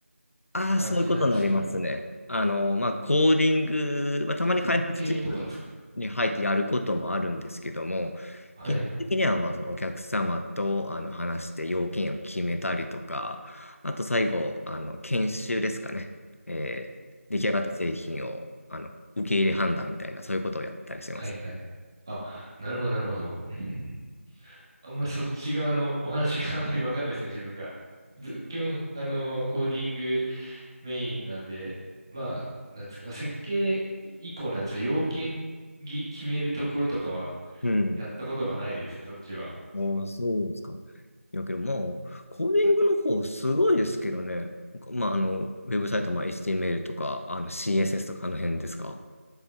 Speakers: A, on the left; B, on the right.
A: ああ、
B: 感じなんですかね。
A: そういうことになりますね。あの、まあコーディング、まあ、たまに開発チームに入ってやることもあるんですけども、
B: 設計とかですかはい。
A: 基本的にはまあそのお客様とあの話して要件を決めたりとか、あと最後、あの研修ですかね。えー出来上がった製品をあの受け入れ判断みたいな、
B: うんうん
A: そういうことをやったりしてます。
B: はいはい。あ、なるほど、なるほど。うんうんうんあんまりそっち側のお話が <laughs> あんまりわかんないですね、自分が。ず、基本、あの、コーディングメインなんで、まあ、なんですか、まあ、設計以降なんですが、要件ぎ決めるところとかは、
A: うん。
B: やったことがないですね、そっちは。
A: ああ、そうですか。いやけど、まあ、コーディングの方すごいですけどね。まあ、あの、ウェブサイト、まあ、HTML とか、あの、CSS とかあの辺ですか。